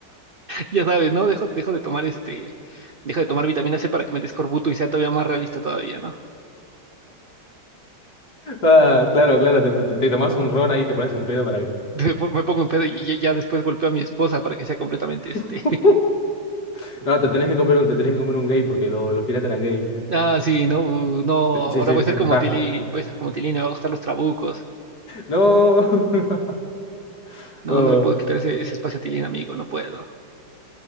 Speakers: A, on the right (about 75°); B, on the left (about 50°).
A: Ya sabes, ¿no? Dejo, dejo de tomar este. Dejo de tomar vitamina C para que me descorbuto y sea todavía más realista todavía, ¿no?
B: Ah, claro, claro, te, te, te tomás un ron ahí y te pones en pedo para que.
A: <laughs> Me, po- me pongo en pedo y ya, ya después golpeo a mi esposa para que sea completamente este.
B: <laughs> No, te tenés que comer un, te tenés que comer un gay porque lo- los piratas eran gay, ¿viste?
A: Ah, sí, no, uh, no, ahora
B: Sí, sí,
A: voy
B: ya
A: a ser como
B: ya está.
A: Tilín, voy a ser como Tilín, me va a gustar los trabucos.
B: No. <laughs>
A: No,
B: Oh,
A: no le puedo quitar ese, ese espacio a Tilín, amigo, no puedo.